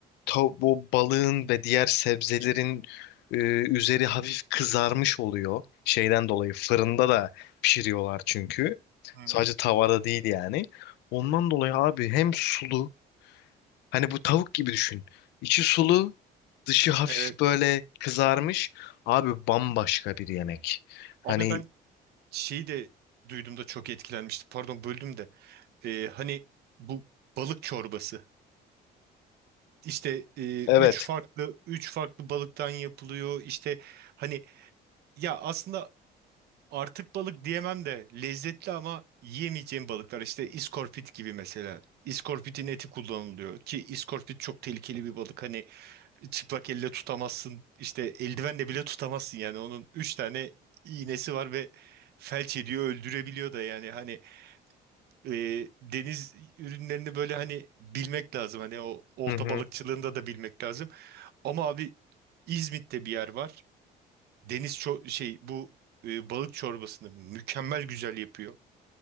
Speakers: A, on the left; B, on the right.
A: to- bu balığın ve diğer sebzelerin e, üzeri hafif kızarmış oluyor. Şeyden dolayı fırında da pişiriyorlar çünkü.
B: Hı hı.
A: Sadece tavada değil yani. Ondan dolayı abi hem sulu Hani bu tavuk gibi düşün. İçi sulu, dışı hafif
B: Evet.
A: böyle kızarmış. Abi bambaşka bir yemek. Hani
B: Abi ben şeyi de duyduğumda çok etkilenmiştim. Pardon böldüm de. Ee, hani bu balık çorbası. İşte e,
A: Evet.
B: üç farklı üç farklı balıktan yapılıyor. İşte hani ya aslında Artık balık diyemem de lezzetli ama yiyemeyeceğim balıklar işte iskorpit gibi mesela. İskorpitin eti kullanılıyor ki iskorpit çok tehlikeli bir balık hani çıplak elle tutamazsın işte eldivenle bile tutamazsın yani onun 3 tane iğnesi var ve felç ediyor öldürebiliyor da yani hani e, deniz ürünlerini böyle hani bilmek lazım hani o olta
A: Hı hı.
B: balıkçılığında da bilmek lazım ama abi İzmit'te bir yer var deniz ço- şey bu e, balık çorbasını mükemmel güzel yapıyor.